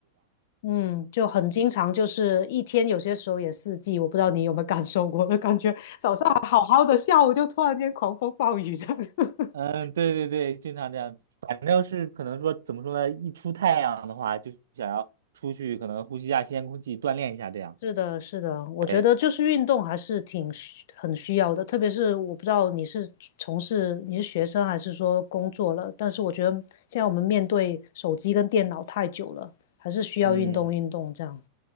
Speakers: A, on the left; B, on the right.
A: 嗯，就很经常就是一天，有些时候也四季，我不知道你有没有感受过，就感觉早上还好好的，下午就突然间狂风暴雨这样。<laughs>
B: 嗯对对对，经常这样，反正是可能说怎么说呢，一出太阳的话，就想要出去可能呼吸一下新鲜空气，锻炼一下这样。
A: 是的，是的，我觉得就是运动还是挺需很需要的，
B: 哎，
A: 特别是我不知道你是从事你是学生还是说工作了，但是我觉得现在我们面对手机跟电脑太久了，还是需要运动运动这样。
B: 嗯，